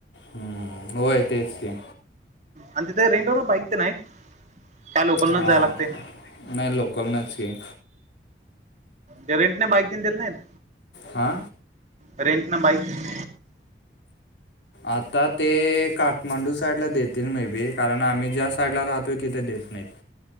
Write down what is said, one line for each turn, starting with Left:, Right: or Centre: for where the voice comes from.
Left: हम्म होय तेच ते की.
Right: आणि तिथे रेंटवर बाईक तेन आहेत काय लोकल नच
Left: अं,
Right: जाय लागते?
Left: नाही लोकल नाची.
Right: ते रंट ने बाईकतेन देत नाहीत.
Left: हा.
Right: रेंट ना बाईक?
Left: आता ते काठमांडू साईडला देतील मे बी कारण आम्ही ज्या साईडला राहतोय तिथे देत नाहीत.